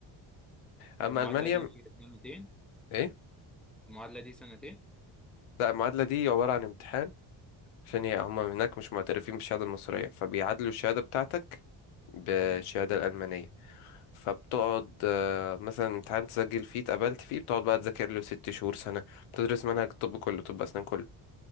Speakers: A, on the left (about 85°); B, in the centre.
A: اما
B: والمعادله
A: المانيا
B: دي سنتين
A: ايه
B: المعادله دي سنتين
A: لا المعادلة دي عبارة عن امتحان عشان هي هما هناك مش معترفين بالشهادة المصرية فبيعادلوا الشهادة بتاعتك بالشهادة
B: امم
A: الألمانية فبتقعد آه، مثلا امتحان تسجل فيه اتقبلت فيه بتقعد بقى تذاكر له ست شهور سنة بتدرس منهج الطب كله طب أسنان كله